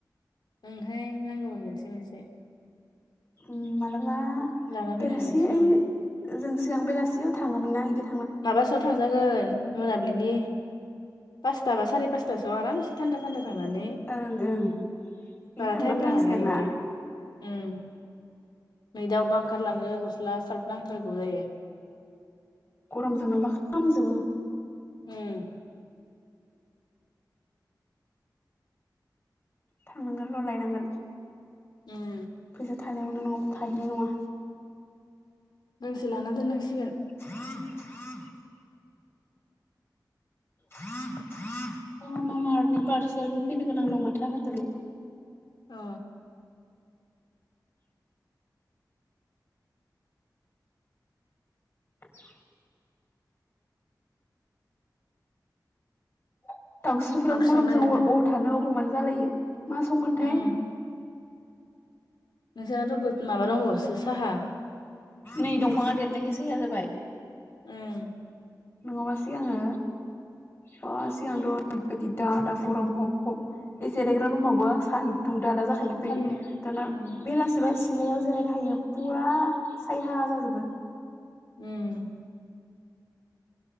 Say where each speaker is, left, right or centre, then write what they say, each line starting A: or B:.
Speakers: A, on the left; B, on the left.
A: ओंहाय नांगौमोन मोनसे मोनसे
B: उम मालाबा
A: लाना फैनो
B: बेलासि
A: हानांसिगौमोन
B: ओइ जों सिगां बेलासियाव थाङोमोन ना इदि
A: माबासोआव थांजागोन मोनाबिलिनि पासता बा साराय पासथासो आरामसे थान्दा थान्दा। थांनानै
B: ओं ओं बिदि
A: बारा
B: थांना
A: टाइम
B: फैनांसिगोन
A: नाङा ना इयावनो। उम। नै दा अबबा ओंखारलांनो गस्ला सारब नांथारगौ जायो।
B: रंजोंनोबा खामजोबो।
A: उम।
B: थांनांगोन र' लायनांगोन
A: उम
B: फैसा थानायावनो नङाबा थाहैनाय नङा।
A: गांसे लाना दोननांसिगोन
B: <unintelligible> अ मामा आर्टनि पारसेलबो फैनो गोनां दं माथो आंहा दोनै
A: अ।
B: <inaudible> <inaudible> दाउस्रिफोराबो
A: मा ओंख्रि
B: गरमजों
A: संनो नागिरखो?
B: अ अबाव थानो अबाव मानो जालायो मा संगोनथाय
A: उम नोंसानाथ' बोद माबा दंबावोसो साहा।
B: नै दंफाङा देरनायखाय सयहा जाबाय।
A: उम।
B: नङाबा सिगाङो। बा सिगांथ' ओरैबायदि दा दा गरम हब हब ए जिरायग्रा रुमावबो सानदुं दा दा जाखायो ओमफाय
A: सान्दुं
B: दाना
A: उम
B: बेलासेबा एसे। सिलायाव जिरायनो हायो फुरा सायहा जाजोबो
A: उम